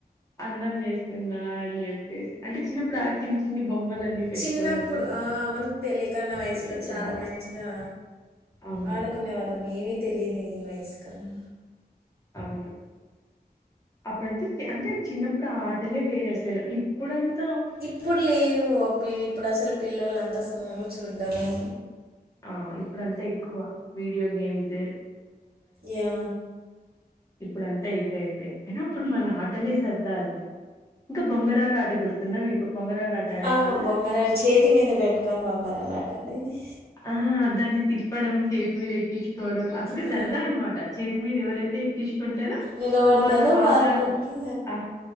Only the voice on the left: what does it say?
అన్నం చేస్తున్నా అని చెప్పేసి అంటే చిన్నప్పుడు చఆడుకునే చిన్న బొమ్మలన్నీ పెట్టుకొని
పిల్లలతో
బొమ్
అవును
అవును అప్పుడంతే అంటే చిన్నప్పుడు ఆ ఆటలే వేరేసలు ఇప్పుడంత
ఆ ఇప్పుడంతా ఎక్కువ వీడియో గేమ్స్
ఇప్పుడం తా ఇవే అయిపోయింది అయినా అప్పుడు మన ఆటలే సరదా అసలు ఇంకా బొంగరాల ఆట గుర్తుందా మీకు బొంగరాల ఆట ఆడేవాళ్ళ
ఆ దాన్ని తిప్పడం చేతి మీద ఎక్కి కోవడం అదొక
సరదా అనమాట చేతి మీద ఎవరైతే ఎక్కించుకుంటారో
వాళ్ళు బాగా
ఆ